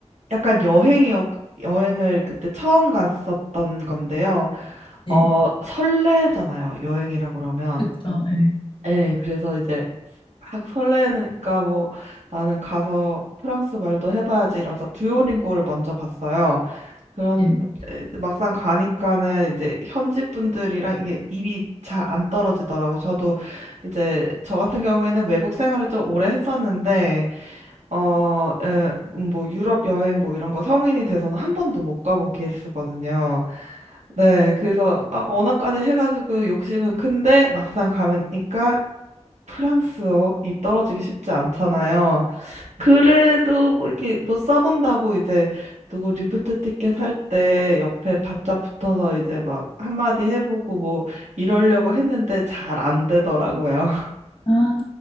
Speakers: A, on the right; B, on the left.
A: 약간 여행이었 여행을 그때 처음 갔었던 건데요.
B: 네,
A: 어, 설레잖아요. 여행이라 그러면.
B: 그쵸, 네,
A: 예, 그래서 이제 막 설레니까 뭐 나는 가서 프랑스 말도 해봐야지 이러면서 듀오링고를 먼저 봤어요. 그런
B: 네네.
A: 에, 막상 가니까는 이제 현지 분들이랑 이게 입이 잘 안 떨어지더라고. 저도 이제 저 같은 경우에는 외국 생활을 좀 오래 했었는데 어, 에, 음, 뭐 유럽 여행 뭐 이런 거 성인이 돼서는 한 번도 못 가본 케이스거든요. 네, 그래서 아, 언어까지 해가지고 욕심은 큰데 막상 가니까 프랑스어 입 떨어지기 쉽지 않잖아요. 그래도 뭐 이렇게 뭐 써본다고 이제 누구 리프트 티켓 살 때 옆에 바짝 붙어서 이제 막 한마디 해보고 뭐 이러려고 했는데 잘 안 되더라고요. <laughs>
B: 아,